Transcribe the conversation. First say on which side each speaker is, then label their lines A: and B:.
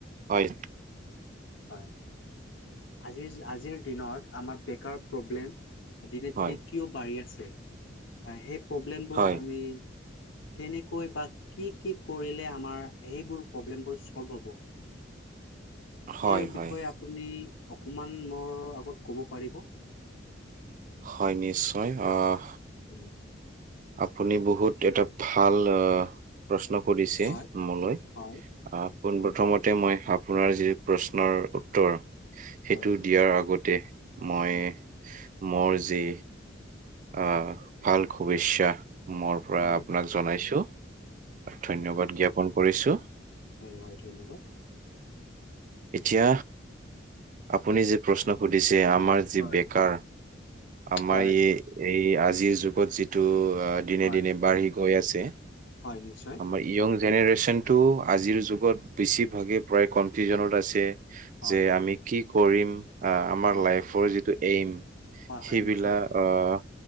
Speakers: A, on the right (about 45°); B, on the left (about 80°).
A: হয়।
B: হয়, আজিৰ আজিৰ দিনত আমাৰ বেকাৰ প্ৰব্লেম দিনে
A: হয়
B: দিনে কিয় বাঢ়ি আছে, অ' সেই প্ৰব্লেমবোৰ
A: হয়
B: আমি কেনেকৈ বা কি কি কৰিলে, আমাৰ সেইবোৰ প্ৰব্লেমবোৰ ছ'ল্ভ হ'ব। সেই
A: হয় হয়
B: বিষয়ে আপুনি, অকমান মোৰ আগত ক'ব পাৰিব।
A: হয় নিশ্চয়, অ'
B: উম্।
A: আপুনি বহুত এটা ভাল, অ'। প্ৰশ্ন কৰিছে,
B: হয়,
A: মোলৈ অ',
B: হয়,
A: পোন
B: হয়,
A: প্ৰথমত তে মই আপোনাৰ যি প্ৰশ্নৰ উত্তৰ, সেইটো
B: হয়,
A: দিয়াৰ আগতে মই,
B: হয়,
A: মোৰ যি অ', ভাল শুভেচ্ছা মোৰ পৰা
B: হয়,
A: আপোনাক জনাইছোঁ, ধন্যবাদ জ্ঞাপন কৰিছোঁ।
B: হয় হয়, ধন্যবাদ।
A: এতিয়া, আপুনি যে প্ৰশ্ন সুধিছে আমাৰ যি
B: হয়।
A: বেকাৰ, আমাৰ
B: হয়,
A: ই এই আজিৰ যুগত যিটো আ দিনে
B: হয়,
A: দিনে বাঢ়ি গৈ আছে।
B: হয়, নিশ্চয়।
A: আমাৰ য়ং জেনেৰেশ্যনটো, আজিৰ যুগত বেছিভাগেই প্ৰায় কনফিউজনত আছে।
B: হয়,
A: যে
B: হয়,
A: আমি কি কৰিম, আমাৰ
B: হয়,
A: লাইফৰ যিটো এইম
B: হয়,
A: সেইবিলাক
B: হয়, নিশ্চয়।
A: অ',